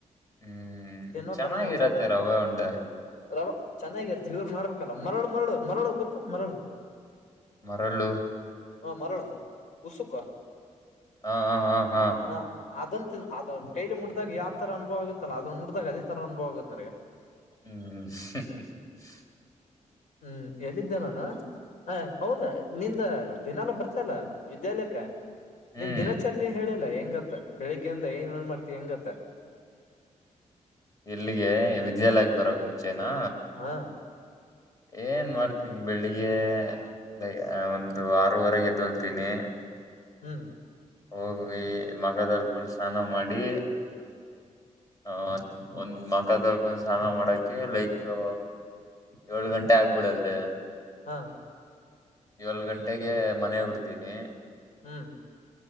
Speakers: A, on the left; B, on the left.
A: ಹ್ಮ್
B: ತಿನ್ನೋ
A: ಚೆನ್ನಾಗಿರತ್ತೆ
B: ತರಾನೇ ಅನ್ಸಲ್ಲ ಅದು.
A: ರವೆ ಉಂಡೆ
B: ರವಾ ಚೆನ್ನಾಗಿರ್ತಾ ಇವ್ರ ಮಾಡ್ಬೇಕಲ್ಲ ಮರಳ ಮರಳು ಮರಳು ಗೊತ್ತ ಮರಳು.
A: ಮರಳು.
B: ಹಾ ಮರಳು ಉಸುಕ.
A: ಹ ಹ ಹಾ ಹ್ಹಾ.
B: ಹ ಅದಂತ ಅದ ಕೈಲಿ ಮುಡಿದಾಗ ಯಾವ ತರ ಅನುಭವ ಆಗುತ್ತಲ್ಲ ಅದನ್ನ ಮುಟ್ದಾಗ ಅದ ತರ ಅನುಭವ ಆಗತ್ ನನಗ.
A: ಹ್ಮ್
B: ಹ್ಮ ಎಲ್ಲಿದ್ದೆ ನಾನು. ಹಾ ಹೌದಾ ನಿಂದ ದಿನಾಲು ಬರ್ತಲ್ಲ ವಿದ್ಯಾಲೇಖ.
A: ಹ್ಮ್
B: ನಿನ್ ದಿನಾಚರಣೆ ಹೇಳಿಲ್ಲಾ ಹೆಂಗತ್ತ ಬೆಳ್ಳಗಿಂದ ಏನ್ ಏನ್ ಮಾಡ್ತಿ ಹೆಂಗತ್ತ.
A: ಎಲ್ಲಿಗೆ ವಿದ್ಯಾಲಯಕ್ಕೆ ಬರೋಕ್ ಮುಂಚೆನಾ.
B: ಹಾ.
A: ಏನ್ ಮಾಡ್ತನಿ ಬೆಳಿಗೆ. ಹೇಯ್ ಒಂದು ಆರೂವರೆಗೆ ಎದ್ದೋಲ್ತೀನಿ.
B: ಹ್ಮ್.
A: ಹೋಗಿ ಮಖ ತೊಳ್ಕೊಂಡು ಸ್ನಾನ ಮಾಡಿ. ಆ ಒಂದ್ ಮಕ ತೊಳ್ಕೊಂಡ್ ಸ್ನಾನ ಮಾಡಕೆ ಲೈಕಾ ಏಳ್ ಗಂಟೆ ಆಗ್ಬಿಡತ್ತೆ.
B: ಹ್ಹಾ.
A: ಏಳೋ ಗಂಟೆಗೆ ಮನೆ ಬಿಡ್ತೀನಿ.
B: ಹ್ಮ್.